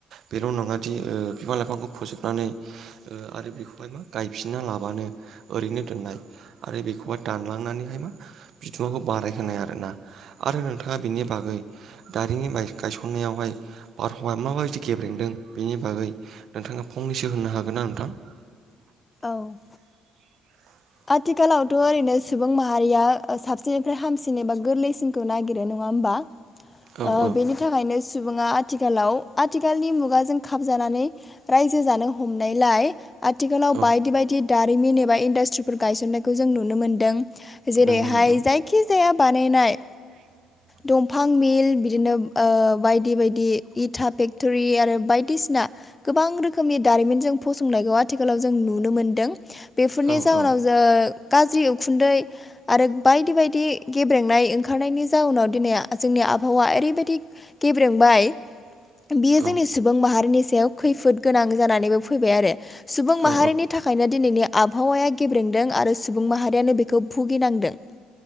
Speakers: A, on the right; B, on the left.
A: बेल' नङा दि ओ बिफां लाइफांखौ फोजोबनानै ओ आरो बेखौहाय मा गायफिना लाबानो ओरैनो दोननाय आरो बेखौहाय दानलांनानैहाय मा <unintelligible> बारायहोनाय आरोना आरो नोंथाङा बिनि बागै दारिमिन गाय- गायसननायावहाय बारहावाया माबायदि गेब्रेंदों बेनि बागै नोंथाङा फंनैसो होननो हागोन ना नोंथां? <inaudible>
B: औ आथिखालावथ' ओरैनो सुबुं माहारिया साबसिननिफ्राय हामसिन एबा गोरलैसिनखौ नागिरो नङा होमबा?
A: औ
B: ओ
A: औ
B: बेनि थाखायनो सुबुङा आथिखालाव आथिखालनि मुगाजों खाबजानानै रायजो जानो हमनायलाय आथिखाल
A: औ
B: बायदि बायदि दारिमिन एबा इन्डासट्रिफोर गायसननायखौ जों नुनो मोन्दों जेरैहाय
A: नंगौ नंगौ
B: जाय खिजाया बानायनाय
A: <inaudible>
B: दंफां मिल बिदिनो ओ बायदि बायदि इथा फेक्ट'रि आरो बायदिसिना गोबां रोखोमनि दारिमिन जों फसंनायखौ आथिखालाव जों नुनो मोनदों बेफोरनि
A: औ
B: जाउनाव
A: औ
B: ओ गाज्रि उखुन्दै आरो बायदि बायदि गेब्रेंनाय ओंखारनायनि जाउनाव दिनै जोंनि आबहावा ओरैबायदि गेब्रेंबाय बियो जोंनि
A: औ
B: सुबुं माहारिनि सायाव खैफोद गोनां जानानैबो फैबाय आरो। सुबुं माहारिनि
A: औ
B: बेनि थाखायनो दिनैनि आबहावाया गेब्रेंदों आरो सुबुं माहारियानो बेखौ भुगिनांदों।